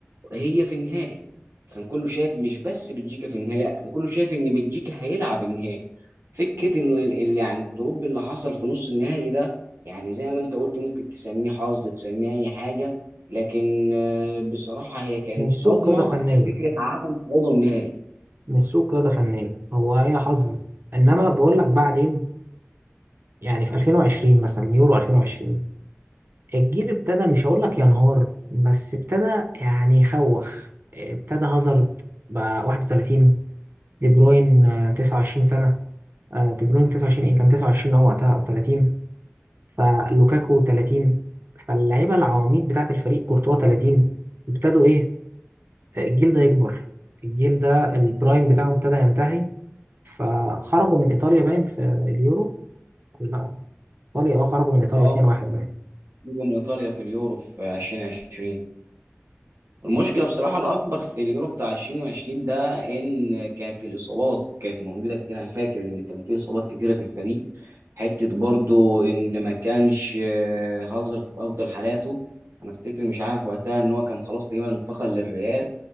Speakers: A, on the right; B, on the right.
A: هي في النهائي كان كله شايف مش بس بلجيكا في النهائي لا كان كله شايف إن بلجيكا هيلعب النهائي فكره ان ال- ال- يعني الدروب اللي حصل في نص النهائي ده يعني زي ما انت قلت ممكن تسميه حظ تسميه اي حاجه لكن آه، بصراحه هي كانت
B: مش
A: صدمه
B: سوء قيادة فنية
A: في فكره عدم صعودهم نهائي
B: مش سوء قيادة فنية هو هي حظ إنما بقول لك بعدين يعني في 2020 مثلا يورو 2020 الجيل ابتدى مش هقول لك ينهار بس ابتدى يعني يخوخ ابتدى هازارد بقى 31 دي بروين آه، 29 سنة آه، دي بروين 29 ايه كان 29 هو وقتها او 30 فلوكاكو 30 فاللعيبة العواميد بتاعة الفريق كورتوا 30 ابتدوا ايه آه، الجيل ده يكبر الجيل ده البرايم بتاعه ابتدى ينتهي فخرجوا من ايطاليا باين في اليورو لا ايطاليا اه خرجوا من ايطاليا
A: اه
B: 2-1 باين
A: خروجهم من ايطاليا في اليورو في 2020 المشكلة بصراحة الأكبر في اليورو بتاع 2020 ده إن كانت الإصابات كانت موجودة كتير أنا فاكر إن كان في إصابات كتيرة في الفريق حتة برضو إن ما كانش آه، هازارد في أفضل حالاته أنا أفتكر مش عارف وقتها إن هو كان خلاص تقريبا انتقل للريال